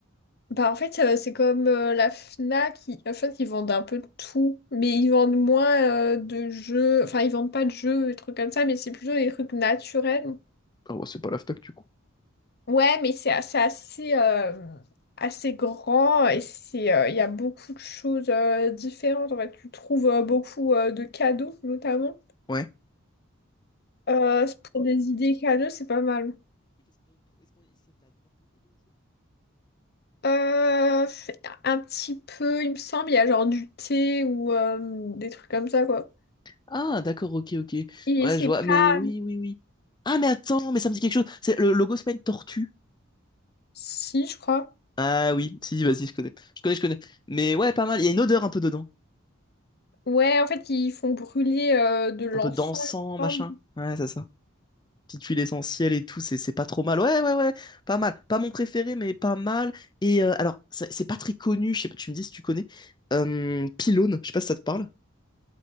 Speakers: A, on the left (about 50°); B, on the left (about 20°).
A: Bah, en fait, euh, c'est comme euh, la Fnac. Ils, en fait, ils vendent un peu de tout, mais ils vendent moins euh, de jeux. Enfin, ils vendent pas de jeux, des trucs comme ça, mais c'est plutôt des trucs naturels.
B: Ah ouais, c'est pas l'AFTAC du coup.
A: Ouais, mais c'est c'est assez, euh, assez grand et c'est, euh, il y a beaucoup de choses euh, différentes. En fait, tu trouves euh, beaucoup euh, de cadeaux, notamment.
B: Ouais.
A: Euh, pour des idées cadeaux, c'est pas mal. Euh, un petit peu, il me semble, il y a genre du thé ou euh, des trucs comme ça, quoi.
B: Ah, d'accord, ok, ok.
A: Et
B: Ouais,
A: c'est
B: je vois, mais
A: pas...
B: oui, oui, oui. Ah, mais attends, mais ça me dit quelque chose. C'est le logo, c'est pas une tortue.
A: Si, je crois.
B: Ah oui, si, si, vas-y, je connais. Je connais, je connais. Mais ouais, pas mal. Il y a une odeur un peu dedans.
A: Ouais, en fait, ils font brûler euh, de l'encens,
B: Un peu d'encens,
A: il me
B: machin.
A: semble.
B: Ouais, c'est ça. petite huile essentielle et tout, c'est c'est pas trop mal. Ouais, ouais, ouais, pas mal. Pas mon préféré, mais pas mal. Et euh, alors, c'est c'est pas très connu, je sais pas, tu me dis si tu connais. Euh, Pylone, je sais pas si ça te parle.